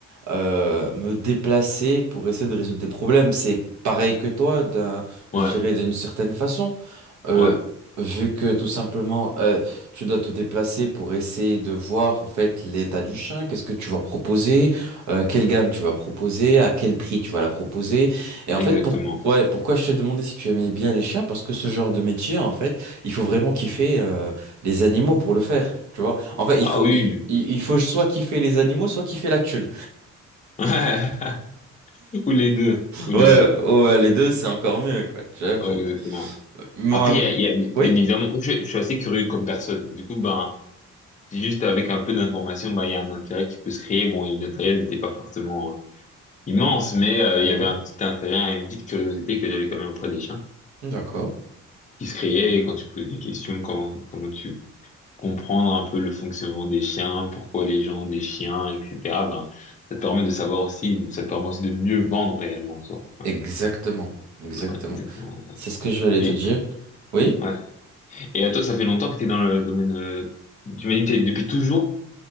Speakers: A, on the right; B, on the left.
A: euh, me déplacer pour essayer de résoudre des problèmes. C'est pareil que toi, d'un,
B: Ouais,
A: je dirais d'une certaine façon. Euh,
B: ouais,
A: vu que tout simplement euh, tu dois te déplacer pour essayer de voir en fait l'état du chien, qu'est-ce que tu vas proposer, euh, quelle gamme tu vas proposer, à quel prix tu vas la proposer. Et
B: exactement.
A: en fait, pourquoi, pourquoi je t'ai demandé si tu aimais bien les chiens? Parce que ce genre de métier, en fait, il faut vraiment kiffer euh, les animaux pour le faire. Tu vois, en fait, il
B: Ah
A: faut,
B: oui,
A: il, il- il faut soit kiffer les animaux, soit kiffer la thune.
B: oui. ouais. <laughs> Ou les deux, ou les
A: Ouais,
B: deux.
A: ouais, les deux, c'est encore mieux, quoi. Tu vois, pour...
B: Ouais, exactement.
A: Moi,
B: Après, il y a, il y a- bien
A: oui?
B: évidemment, moi, je, je suis assez curieux comme personne. Du coup, ben, C'est juste avec un peu d'information, bah, il y a un intérêt qui peut se créer. Bon, l'intérêt n'était pas forcément euh, immense, mais euh,
A: Mhm.
B: il y avait un petit intérêt, une petite curiosité que j'avais quand même auprès des chiens,
A: D'accord.
B: qui se créait et quand tu poses des questions, comment, comment tu comprendre un peu le fonctionnement des chiens, pourquoi les gens ont des chiens, etc. Ben, ça te permet de savoir aussi, ça te permet aussi de mieux vendre réellement en soi. Ouais,
A: Exactement, exactement.
B: ouais, exactement.
A: C'est ce que je voulais
B: Et,
A: te dire. Oui?
B: ouais. Et à toi, ça fait longtemps que tu es dans le domaine euh, d'humanité, depuis toujours?